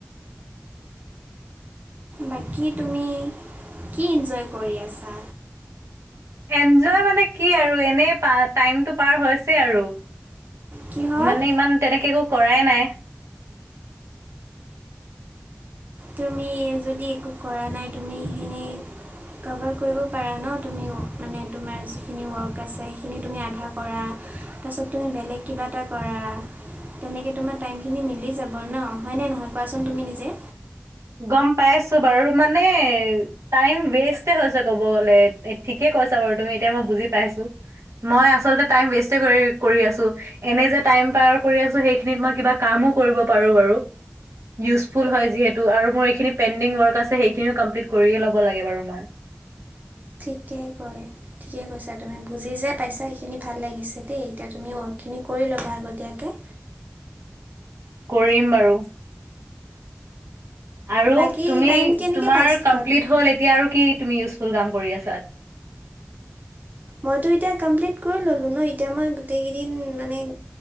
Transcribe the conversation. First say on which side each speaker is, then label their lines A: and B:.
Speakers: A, on the right; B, on the right.
A: বাকী তুমি কি ইঞ্জয় কৰি আছা?
B: এঞ্জয় মানে কি আৰু এনেই প টাইমটো পাৰ হৈছে আৰু।
A: কিহত
B: মানে ইমান তেনেকে একো কৰাই নাই।
A: তুমি যদি একো কৰা নাই তুমি এইখিনি কভাৰ কৰিব পাৰা ন তুমি মানে তোমাৰ যিখিনি ৱৰ্ক আছে সেইখিনি তুমি আধা কৰা তাৰপিছত তুমি বেলেগ কিবা এটা কৰা। তেনেকৈ তোমাৰ টাইমখিনি মিলি যাব ন হয়নে, নহয় কোৱাচোন তুমি নিজে?
B: গম পাই আছো বাৰু মানে টাইম ৱেষ্টে হৈছে কব গলে ঠিকে কৈছা বাৰু তুমি এতিয়া মই বুজি পাইছো। মই আচলতে টাইম ৱেষ্টে কৰি কৰি আছো এনে যে টাইম পাৰ কৰি আছো সেইখিনিত মই কিবা কামো কৰিব পাৰোঁ বাৰু ইউজফুল হয় যিহেত- টো আৰু মোৰ এইখিনি পেণ্ডিং ৱৰ্ক আছে সেইখিনিও কমপ্লট কৰি এ লব লাগে বাৰু মই।
A: ঠিকেই কয়। ঠিকে কৈছা তুমি বুজি যে পাইছা সেইখিনি ভাল লাগিছে দেই এতিয়া তুমি ৱৰ্কখিনি কৰি ল'বা আগতীয়াকে।
B: কৰিম বাৰু। আৰু
A: বাকী
B: তুমি
A: টাইম কেনেকৈ
B: তোমাৰ
A: পাছ
B: কমপ্লিট
A: কৰা তুমি
B: হ'ল এতিয়া আৰু কি তুমি ইউজফুল কাম কৰি আছা।
A: মইতো এতিয়া কমপ্লিট কৰি ল'লোঁ ন এতিয়া মই গোটেইকেইদিন মানে